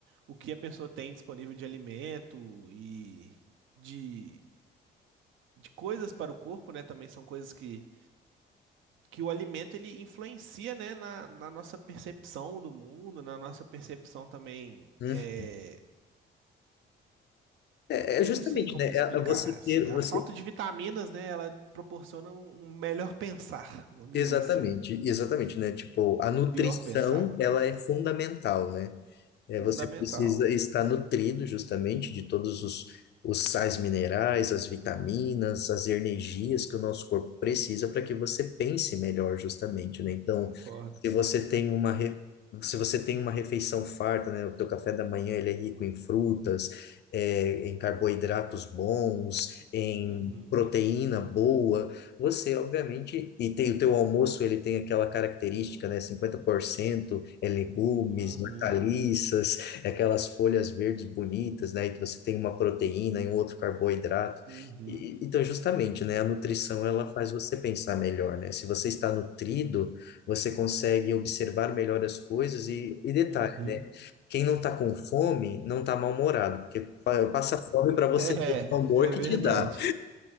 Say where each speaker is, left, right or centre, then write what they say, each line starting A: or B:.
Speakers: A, on the right; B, on the left.
A: o que a pessoa tem disponível de alimento e de, de coisas para o corpo, né? Também são coisas que, que o alimento ele influencia, né? Na, na nossa percepção do mundo, na nossa percepção também.
B: uhum.
A: é,
B: É,
A: não
B: é justamente,
A: sei como
B: né?
A: explicar.
B: É é você
A: Assim,
B: ter,
A: a
B: você...
A: falta de vitaminas, né, ela proporciona um um melhor pensar, vamos
B: Exatamente,
A: dizer assim.
B: exatamente, né? Tipo, a nutrição,
A: Pior pensar, no caso.
B: ela é fundamental, né? É,
A: Fundamental,
B: você precisa estar nutrido justamente de todos os, os sais minerais, as vitaminas, as energias que o nosso corpo precisa para que você pense melhor justamente, né? Então,
A: concordo.
B: se você tem uma re- se você tem uma refeição farta, né? O teu café da manhã ele é rico em frutas, é, em carboidratos bons, em
A: Uhum,
B: proteína boa você, obviamente, e tem o teu almoço, ele tem aquela característica, né? cinquenta por cento é legumes,
A: uhum,
B: hortaliças, é aquelas folhas verdes bonitas, né? E você tem uma proteína e um outro carboidrato.
A: uhum,
B: E- então, justamente, né? A nutrição, ela faz você pensar melhor, né? Se você está nutrido, você consegue observar melhor as coisas e, e detalhe,
A: uhum.
B: né?
A: <laughs>
B: Quem não está com fome, não está mal-humorado, porque pa- passa fome para você
A: É,
B: ver o amor
A: é
B: que
A: verdade.
B: te dá.